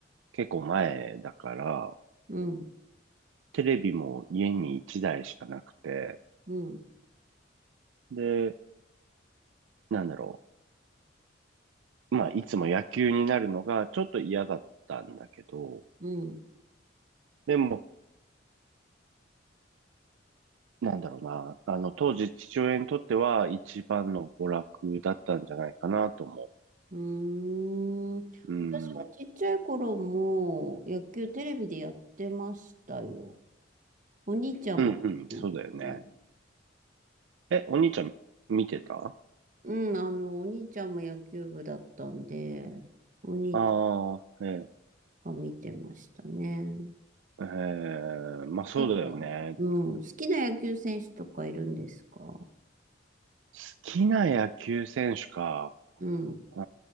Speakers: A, on the right; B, on the right.
A: 結構前だから、
B: う
A: テレビも家に1台しかなくて、
B: ん。
A: で、なんだろう、まあ、いつも野球になるのがちょっと嫌だったんだけど、
B: うん。
A: でも、なんだろうな。あの、当時父親にとっては一番の娯楽だったんじゃないかなと思
B: うーん。
A: う。うん。
B: 私がちっちゃい頃も野球テレビでやってましたよ。お兄ちゃんがやってましたね。
A: うんうん、そうだよね。え、お兄ちゃん見てた
B: うん、あの、お兄ちゃんも野球部だったんで、お兄ち
A: ああー、え、
B: ゃんが見てましたね。
A: えーまあそうだよね。
B: なんか、うん、好きな野球選手とかいるんですか
A: 好きな野球選手か。
B: うん。
A: あ